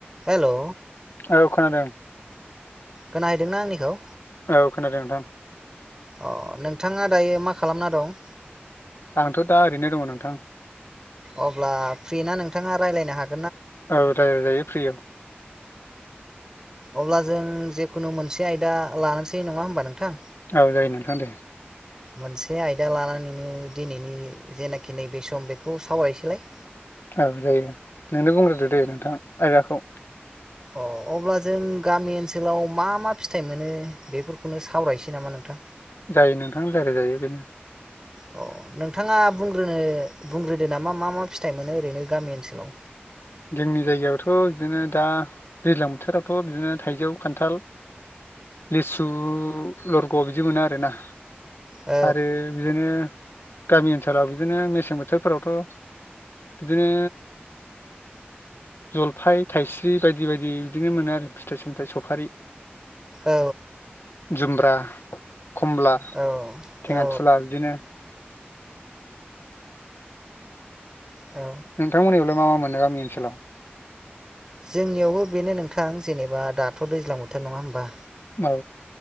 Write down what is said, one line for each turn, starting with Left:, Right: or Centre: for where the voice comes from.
Right: हेल'।
Left: औ खोनादों।
Right: खोनाहैदोंना आंनिखौ‌
Left: औ खोनादों नोंथां
Right: अ नोंथाङा दायो मा खालामना दं
Left: आंथ' दा ओरैनो दङ नोंथां।
Right: अब्ला फ्रि ना नोंथाङा रायज्लायनो हाग
Left: औ रायलायजायो फ्रि औ।
Right: अब्ला जों जेखुनु मोनसे आयदा लानोसै नङा होमबा नोंथां
Left: औ जायो नोंथां दे
Right: मोनसे आयदा लानानैनो दिनैनि जेनाखि नैबे सम बेखौ सावरायसैलाय
Left: औ जायो नोंनो बुंग्रोदो दे नोंथां आयदाखौ
Right: औ। अब्ला जों गामि ओनसोलाव मा मा फिथाइ मोनो बेफोरखौनो सावरायनोसै नामा नोंथां
Left: जायो नोंथां रायलायजायो बेनो
Right: औ। नोंथाङा बुंग्रोनो बुंग्रोदो नामा मा मा फिथाइ मोनो ओरैनो गामि ओनसोलाव
Left: जोंनि जायगायावथ' बिदिनो दा दैज्लां बोथोरावाथ' बिदिनो थाइजौ खान्थाल लिसु लरग' बिदि मोनो आरोना
Right: औ
Left: आरो बिदिनो गामि ओनसोलाव बिदिनो मेसें बोथोरफोरावथ' बिदिनो जलफाय, थाइस्रि बायदि बायदि बिदिनो मोनो आरो फिथाइ सामथायाइ सफारि
Right: औ
Left: जुमब्रा खमला
Right: औ
Left: थेङा
Right: औ
Left: थुला बिदिनो
Right: औ
Left: नोंथांमोननियावलाय मा मा मोनो गामि ओनसोलाव।
Right: जोंनियावबो बेनो नोंथां जेनेबा दाथ' दैज्लां बोथोर नङा होमबा
Left: औ।